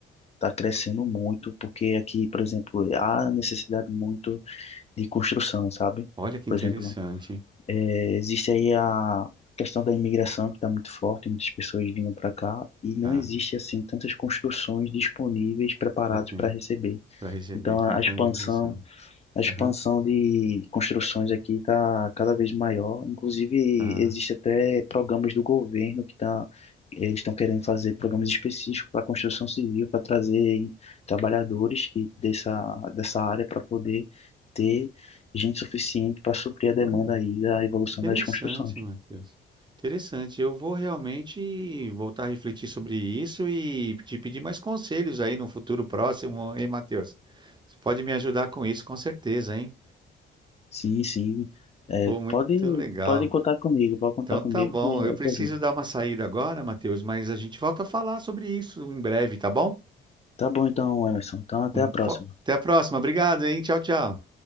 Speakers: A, on the left; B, on the right.
A: está crescendo muito, porque aqui, por exemplo, há necessidade muito de construção, sabe?
B: Olha que
A: Por
B: interessante,
A: exemplo,
B: hein?
A: eh, existe aí a questão da imigração que está muito forte, muitas pessoas vindo para cá e não
B: Tá,
A: existe assim tantas construções disponíveis preparadas
B: entendo.
A: para receber.
B: Para receber
A: Então,
B: tanta
A: a a expansão
B: imigração.
A: a expansão
B: Aham,
A: de construções aqui está cada vez maior. Inclusive,
B: tá.
A: existe até programas do governo que tá, eles estão querendo fazer programas específicos para construção civil, para trazer trabalhadores que dessa, dessa área para poder ter gente suficiente para suprir a demanda
B: Olha,
A: aí da evolução
B: interessante,
A: das construções.
B: Matheus. Interessante. Eu vou realmente voltar a refletir sobre isso e te pedir mais conselhos aí no futuro próximo, hein, Matheus? Você pode me ajudar com isso, com certeza, hein?
A: Sim, sim. É,
B: Pô, muito
A: pode,
B: legal.
A: pode contar comigo, pode contar
B: Então
A: comigo
B: tá bom.
A: que é
B: Eu
A: a
B: preciso
A: tua vida.
B: dar uma saída agora, Matheus, mas a gente volta a falar sobre isso em breve, tá bom?
A: Tá bom então, Emerson. Então, até
B: Um
A: a próxima.
B: fo- Até a próxima. Obrigado, hein? Tchau, tchau.